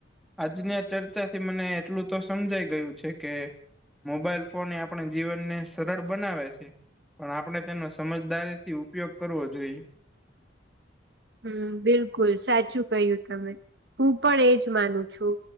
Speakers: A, in the centre; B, on the right (about 60°).
A: આજની આ ચર્ચાથી મને એટલું તો સમજાઈ ગયું છે કે, મોબાઈલ ફોન એ આપણે જીવનને સરળ બનાવે છે, પણ આપણે તેનો સમજદારી થી ઉપયોગ કરવો જોઈએ.
B: હમ બિલકુલ સાચું કહ્યું તમે હું પણ એજ માનું છું.